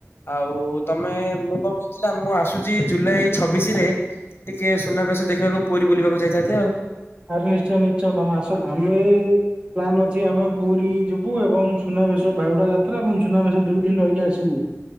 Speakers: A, on the left; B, on the right.
A: ଆଉ ତ ମେ ମୁଁ କଣ କହୁଥୁଲା ମୁଁ ଆସୁଚି ଜୁଲାଇ ଛବିଶିରେ ଟିକେ ସୁନାବେଶ ଦେଖିବାକୁ ପୁରୀ ବୁଲିବାକୁ ଯାଇଥାନ୍ତେ ଆଉ।
B: ଆରେ ନିଶ୍ଚୟ ନିଶ୍ଚୟ ତମେ ଆସ ଆମେ ପ୍ଲାନ୍ ଅଛି ଆମ ପୁରୀ ଯିବୁ ଏବଂ ସୁନାବେଶ ବାହୁଡା ଯାତ୍ରା ଏବଂ ସୁନାବେଶ ଦୁଇ ଦିନ ରହିକି ଆସିବୁ।